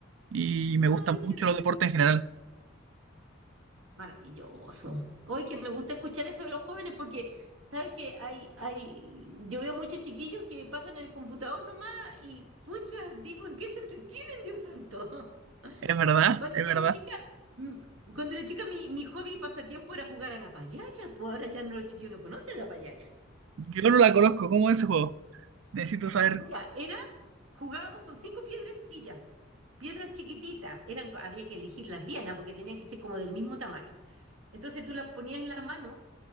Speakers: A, on the right (about 70°); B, on the right (about 85°).
A: y
B: Ay,
A: me gustan mucho
B: qué rico.
A: los deportes en general.
B: Maravilloso. Hoy que me gusta escuchar eso de los jóvenes porque, ¿sabes que Hay, hay, yo veo muchos chiquillos que pasan en el computador nomás y, pucha, digo, ¿en qué se entretienen, Dios santo? <laughs>
A: Es verdad,
B: Cuando
A: es
B: yo
A: verdad.
B: era chica, mm, cuando era chica mi, mi hobby y pasatiempo era jugar a la payaya, pues ahora ya no los chiquillos no conocen la payaya.
A: Yo no la conozco, ¿cómo es ese juego? Necesito saber
B: Mira, era, jugábamos con cinco piedrecillas, piedras chiquititas, eran, co- había que elegirlas bien, ah, porque tenían que ser como del mismo tamaño. Entonces tú las ponías en la mano